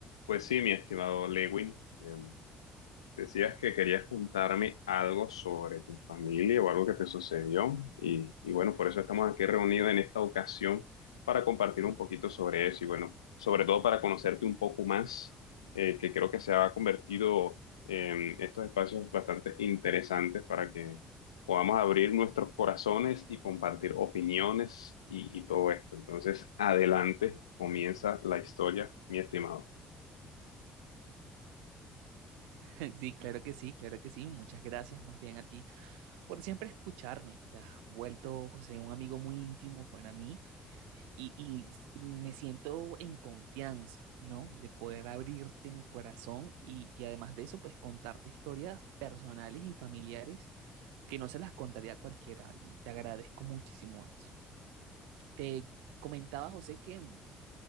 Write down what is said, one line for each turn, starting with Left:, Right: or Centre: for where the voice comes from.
Left: Pues sí, mi estimado Lewin, em, decías que querías contarme algo sobre tu familia o algo que te sucedió y, y bueno, por eso estamos aquí reunidos en esta ocasión para compartir un poquito sobre eso y bueno, sobre todo para conocerte un poco más, eh, que creo que se ha convertido en estos espacios bastante interesantes para que podamos abrir nuestros corazones y compartir opiniones y, y todo esto. Entonces, adelante, comienza la historia, mi estimado.
Right: <laughs> Sí, claro que sí, claro que sí. Muchas gracias más bien a ti por siempre escucharme. Te has vuelto, José, un amigo muy íntimo para mí y, y s- me siento en confianza, ¿no? De poder abrirte mi corazón y, y además de eso, pues contarte historias personales y familiares que no se las contaría a cualquiera y te agradezco muchísimo eso. Te comentaba, José, que